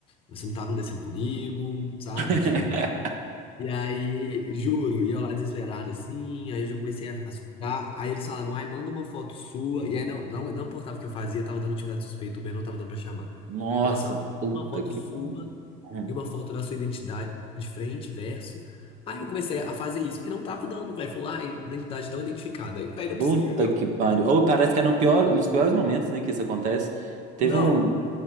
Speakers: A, on the left; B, on the right.
A: isso não tá acontecendo comigo, sabe?
B: <laughs>
A: Tipo, e aí, juro, e eu lá desesperado assim, aí eu já comecei a, a suspirar. Aí eles falaram, ai, manda uma foto sua. E aí não, não, não importava o que eu fazia, tava dando atividade suspeita, o Uber não tava dando pra chamar.
B: Nossa,
A: E aí eles falaram, manda
B: puta
A: uma foto
B: que
A: sua
B: pariu. Hum.
A: e uma foto da sua identidade, de frente, verso. Aí eu comecei a fazer isso e não tava dando, velho. Falou, ai, identidade não identificada. Aí eu, velho, não
B: Puta
A: é possível.
B: que pariu. Ou parece que é no pior, nos piores momentos, né, que isso acontece. Teve
A: Não,
B: um,